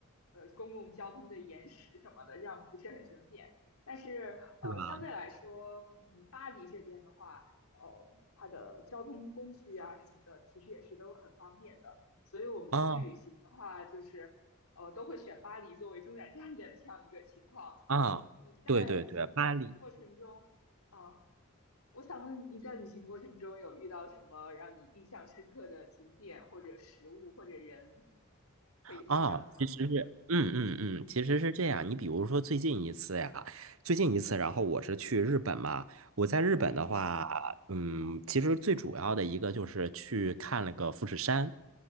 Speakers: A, on the left (about 80°); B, on the right (about 65°).
A: 呃公共交通的延时什么的，这样不是很准点。但是呃，
B: 是吧？
A: 相对来说，嗯，巴黎这边的话，呃，它的交通工具啊什么的，其实也是都很方便的。所以我们出去旅行的话，
B: 啊。
A: 就是呃都会选巴黎作为中转站的这样一个情况。
B: 啊，
A: 你在旅行过程中，
B: 对对对，巴黎
A: 啊、我想问你在旅行过程中有遇到什么让你印象深刻的景点或者食物或者人，可以分享一下吗？
B: 啊，其实是，嗯嗯嗯，
A: 嗯
B: 其实是这样。你比如说最近一次呀，最近一次，然后我是去日本嘛。我在日本的话，
A: 嗯
B: 嗯，其实最主要的一个就是去看了个富士山。